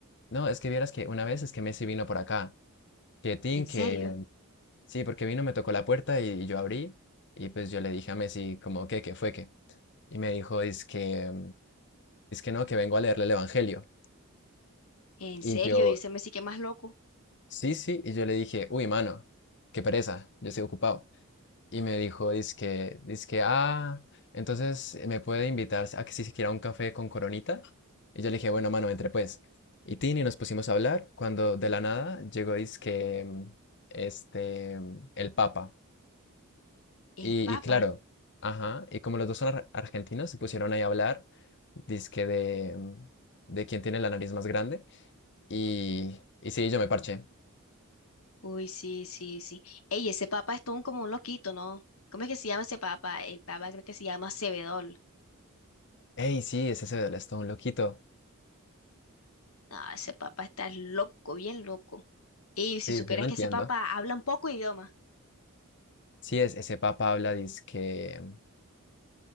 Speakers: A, on the left (about 55°); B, on the left (about 70°).
A: no, es que vieras que una vez es que Messi vino por acá, que Tin,
B: ¿En
A: que
B: serio?
A: sí, porque vino, me tocó la puerta y, yo abrí y pues yo le dije a Messi como que, ¿qué fue qué? Y me dijo, dice que, no, que vengo a leerle el Evangelio.
B: ¿En
A: Y
B: serio?
A: yo,
B: ¿Y ese Messi qué más loco?
A: sí, sí, y yo le dije, uy, mano, qué pereza, yo estoy ocupado. y me dijo, dizque, dizque, ah, entonces eh, me puede invitar a que si se quiera un café con Coronita. Y yo le dije, bueno, mano, entre pues. Y Tini nos pusimos a hablar cuando de la nada llegó, dizque, mm, este, mm, el Papa.
B: ¿El
A: Y,
B: Papa?
A: y claro, ajá, y como los dos son ar- argentinos, se pusieron ahí a hablar, dizque de, mm, de quién tiene la nariz más grande. Y, y sí, yo me parché.
B: Uy, sí, sí, sí. Ey, ese Papa es todo un- como un loquito, ¿no? ¿Cómo es que se llama ese Papa? El Papa creo que se llama Cebedol.
A: Ey, sí, es ese del Stone, loquito.
B: Ah, ese Papa está loco, bien loco. Y
A: Sí,
B: si supieras
A: yo no entiendo.
B: que ese Papa habla un poco idioma.
A: Sí, es, ese papa habla, dice